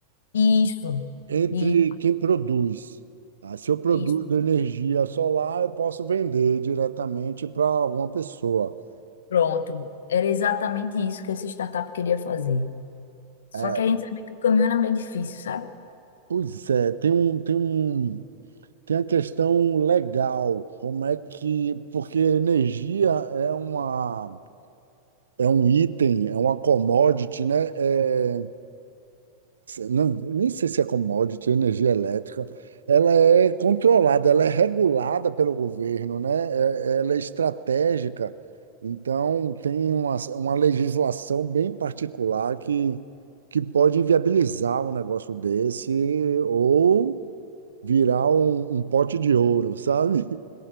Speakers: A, on the left; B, on the right.
A: Isso,
B: entre
A: i-
B: quem produz. Ah, se eu produzo
A: isso.
B: energia solar, eu posso vender diretamente para alguma pessoa.
A: Pronto. Era exatamente isso que essa startup queria fazer. Só
B: É,
A: que a gente sabia que o caminho era meio difícil, sabe?
B: pois é, tem um, tem um, tem a questão legal, como é que, porque energia é uma, é um item, é uma commodity, né? É, Não, nem sei se é commodity, energia elétrica. Ela é controlada, ela é regulada pelo governo, né? É- Ela é estratégica. Então, tem uma, uma legislação bem particular que, que pode inviabilizar um negócio desse ou virar um, um pote de ouro, sabe?